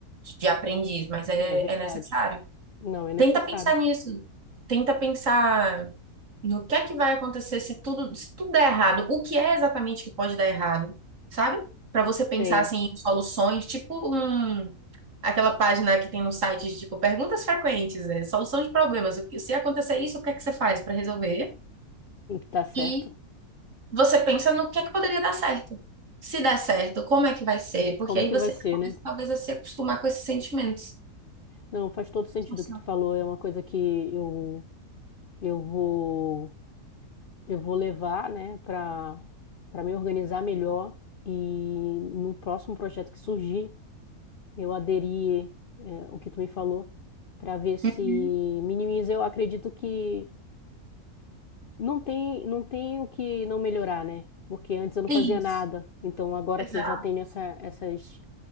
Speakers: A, on the right (about 55°); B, on the left (about 60°).
A: de aprendiz, mas é,
B: é verdade.
A: é necessário.
B: Não é necessário.
A: Tenta pensar nisso. Tenta pensar no que é que vai acontecer se tudo, se tudo der errado. O que é exatamente que pode dar errado, sabe? Para você pensar
B: Sei.
A: assim em soluções, tipo um, aquela página que tem no site de tipo perguntas frequentes, né? Solução de problemas. O que se acontecer isso, o que é que você faz para resolver?
B: Tá certo.
A: E você pensa no que é que poderia dar certo. Se der certo, como é que vai ser? Porque
B: Como
A: aí
B: é que
A: você
B: vai ser,
A: começa
B: né?
A: talvez a se acostumar com esses sentimentos.
B: Não, faz todo sentido
A: Nossa.
B: o que tu falou. É uma coisa que eu eu vou Eu vou levar, né, para para me organizar melhor e no próximo projeto que surgir, eu aderir é, o que tu me falou para ver se
A: Uhum.
B: minimiza. Eu acredito que não tem não tem o que não melhorar, né? Porque antes eu não
A: Isso.
B: fazia nada. Então agora
A: Exato.
B: que eu já tenho essa, essas